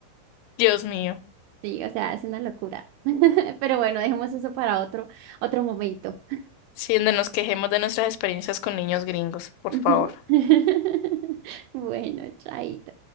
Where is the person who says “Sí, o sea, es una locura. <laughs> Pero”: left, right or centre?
Right